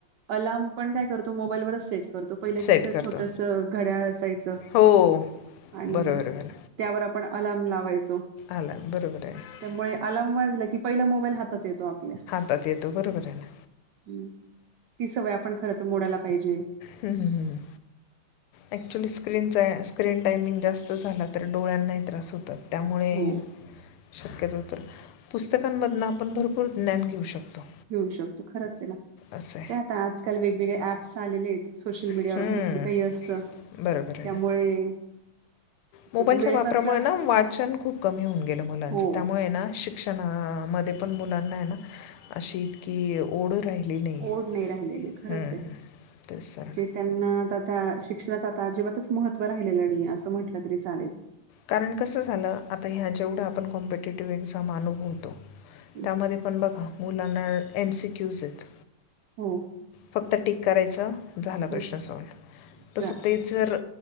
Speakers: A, on the right (about 75°); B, on the left (about 85°).
A: अलार्म पण काय करतो? मोबाईलवरच सेट- करतो. पहिले
B: सेट
A: कसं
B: करतो.
A: छोटस घड्याळ असायचं.
B: हो.
A: आणि-
B: बरोबर बरोबर.
A: त्यावर आपण अलार्म लावायचो.
B: आला ना, बरोबर आहे.
A: त्यामुळे अलार्म वाजला की पहिला मोबाईल हातात येतो आपल्या.
B: आता तेे त बरोबर आहे ना?
A: हं. ती सवय आपण खर तर मोडायला पाहिजे.
B: हम्. हम. हम. ॲक्च्युली स्क्रीनचा स्क्रीन टायमिंग जास्त झाला तर, डोळ्यांनाही त्रास होतात. त्यामुळे-
A: हो
B: शक्यतो तर, पुस्तकांमधन आपण भरपूर ज्ञान घेऊ शकतो.
A: घेऊ शकतो. खरंच आहे ना.
B: असं
A: काय आता आजकाल वेगवेगळे ऍप्स आलेले आहेत. सोशल
B: आहे
A: मीडियावर भरपूर काही असतं
B: बरोबर आहे
A: त्यामुळे-
B: ना मोबाईलच्या
A: तो वेळ
B: वापरामुळे
A: कसा
B: ना वाचन खूप कमी होऊन गेलं मुलांचं.
A: हो
B: त्यामुळे ना शिक- -क्षणामध्ये पण मुलांना ए ना अशी- की ओढ राहिली नाही.
A: ओढ राहिलेली खरंच
B: हं.
A: आहे
B: तेच तर ना.
A: जे त्यांना त्या शिक्षणाचं आता अजिबातच महत्त्व राहिलेलं नाहीए. असं म्हटलं तरी चालेल.
B: कारण कसं झालं? आता ह्या जेवढया आपण कॉम्पिटेटिव्ह एक्झाम अनुभव- -तो.
A: हं,
B: त्यामध्ये पण बघा मुलांना एम सी क्यूज येत.
A: हं.
B: फक्त टीक करायच. झाला प्रश्न
A: हं,
B: सॉल्व. तस
A: झालं
B: ते - जर